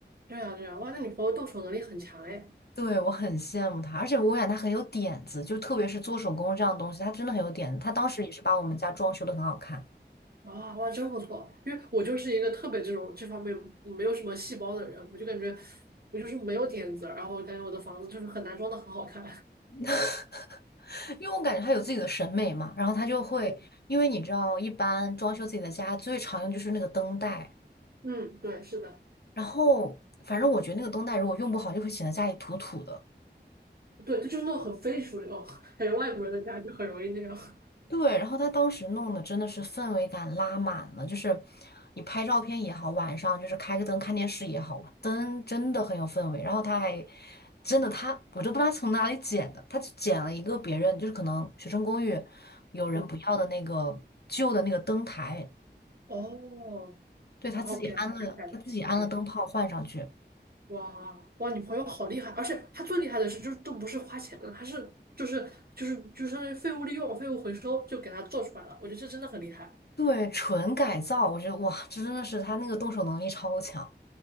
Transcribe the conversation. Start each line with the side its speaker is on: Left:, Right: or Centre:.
Right: 对样对样，哇，那你朋友动手能力很强哎，
Left: 对，我很羡慕他，而且我感觉他很有点子，就特别是做手工这样的东西，他真的很有点子。他当时也是把我们家装修的很好看，
Right: 哇哇，真不错。因为我就是一个特别这种这方面没有什么细胞的人，我就感觉我就是没有点子，然后我感觉我的房子就是很难装的很好看。
Left: <laughs> 因为我感觉他有自己的审美嘛。然后他就会，
Right: <laughs>
Left: 因为你知道，一般装修自己的家最常用就是那个灯带，
Right: 嗯，对，是的，
Left: 然后反正我觉得那个灯带如果用不好，就会显得家里土土的。
Right: 对，就是那种很非主流，感觉外国人的家就很容易那样。
Left: 对，然后他当时弄的真的是氛围感拉满了，就是你拍照片也好，晚上就是开个灯看电视也好，灯真的很有氛围。然后他还真的他，我都不知道他从哪里捡的，他就捡了一个别人就是可能学生公寓有人不要的那个旧的那个灯台，
Right: 对哦，
Left: 对，
Right: 然后给他改改，
Left: 他自己安了，他自己安了灯泡换上去，
Right: 对哇哇，你朋友好厉害，而且他最厉害的是，就是都不是花钱的，他是就是就是就是相当于废物利用、废物回收，就给他做出来了。我觉得这真的很厉害。
Left: 对，纯改造，我觉得哇，这真的是他那个动手能力超强。